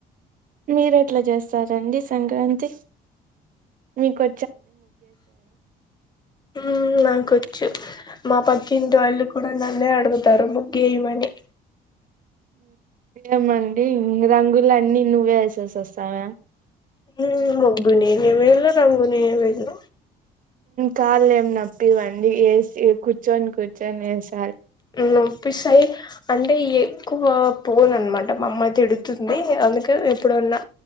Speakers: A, on the right; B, on the left.
A: మీరు ఎట్లా చేస్ సరే అండి సంక్రాంతి మీకో
B: హుమ్మ్ నాకొచ్చు మా పక్కింటి వాళ్ళు కూడా నన్నే అడుగుతారు ముగ్గు వేయమనీ
A: ఏమండీ రంగులన్ని నువ్వే వేసేసి వస్తావా
B: హుమ్మ్ ముగ్గు నేనే వేయాల రంగు నేనే వేయాల
A: కాళ్ళ ఏం నొప్పి వండి ఏసి కూర్చొని కూర్చొని వేసి
B: నువ్ పిసాయి అం అంటే ఎక్కువ పోను అనమాట మామ్మయి తిడుతు అండి అందుకే ఎప్పుడు అన్న